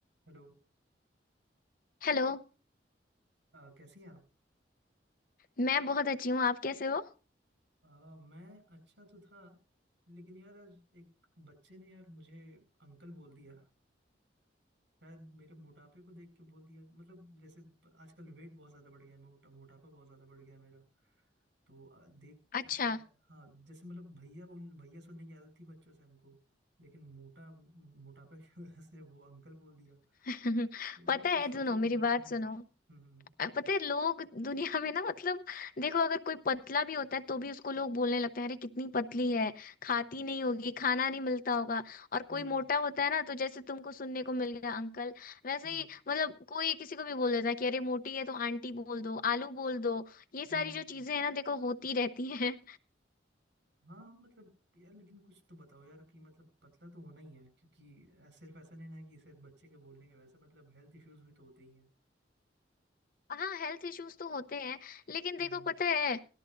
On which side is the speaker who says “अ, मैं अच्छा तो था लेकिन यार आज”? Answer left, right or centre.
Right